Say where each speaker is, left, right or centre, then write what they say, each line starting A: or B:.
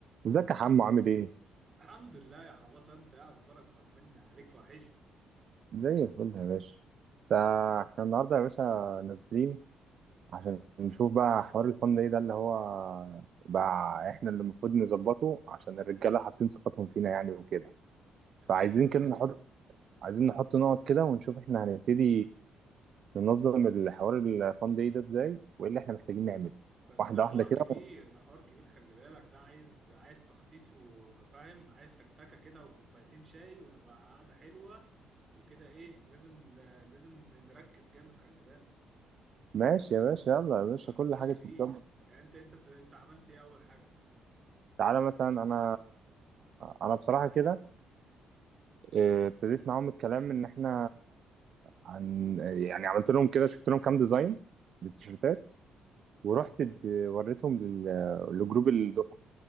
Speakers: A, on the right; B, on the right.
A: ازيك يا حمو عامل ايه؟
B: الحمد لله يا حباس انت ايه اخبارك طمنا عليك وحشني
A: زي الفل يا باشا تا- احنا النهارده يا باشا نازلين عشان نشوف بقى حوار الفن ايه ده اللي هو بقى احنا اللي المفروض نظبطه عشان الرجاله حاطين ثقتهم فينا يعني وكده
B: يا باشا
A: فعايزين
B: يلا
A: كده نحط
B: بينا
A: عايزين نحط نقط كده ونشوف احنا هنبتدي ننظم الحوار الفان داي ده ازاي وايه اللي احنا محتاجين نعمله
B: بس
A: واحده
B: ده
A: واحده
B: حوار
A: كده
B: كبير ده حوار كبير خلي بالك ده عايز عايز تخطيط وفاهم عايز تكتكة كده وكوبايتين شاي ونبقى قعدة حلوة وكده ايه لازم لازم نركز جامد خلي بالك
A: ماشي يا باشا يلا يا باشا
B: عشان الحوار
A: كل حاجه
B: كبير
A: تتظبط
B: يعني انت انت انت عملت ايه اول حاجة
A: تعالى مثلا انا انا بصراحه كده آه، ابتديت معاهم الكلام ان احنا عن يعني عملت لهم كده شفت لهم كام ديزاين للتيشيرتات ورحت اد- وريتهم لل- لجروب الدفعه